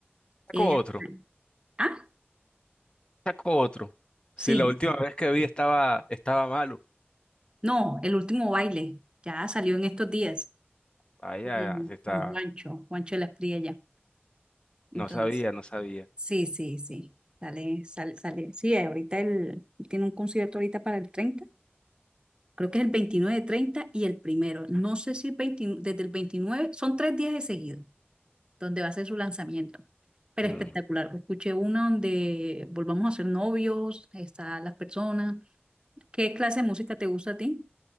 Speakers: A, on the left; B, on the right.
A: Saco
B: Eh,
A: otro,
B: ah,
A: saco otro.
B: sí.
A: Sí, la última vez que vi estaba, estaba malo.
B: No, El Último Baile. Ya salió en estos días
A: Ahí
B: con,
A: ya se está,
B: con Juancho, Juancho de la Espriella. Entonces,
A: no sabía, no sabía.
B: Sí, sí, sí. Sale, sale, sale. Sí, ahorita él él tiene un concierto ahorita para el 30. Creo que es el 29, 30 y el primero. No sé si el 20 desde el 29 son tres días de seguido donde va a ser su lanzamiento. Pero
A: Mm.
B: espectacular.
A: O
B: Escuché una donde volvamos a ser novios, están las personas. ¿Qué clase de música te gusta a ti?